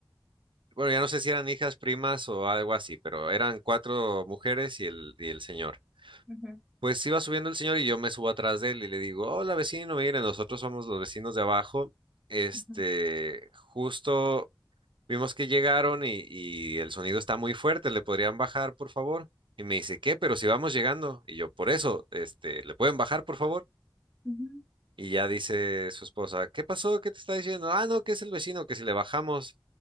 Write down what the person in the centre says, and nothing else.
ujú,
ujú,
ujú.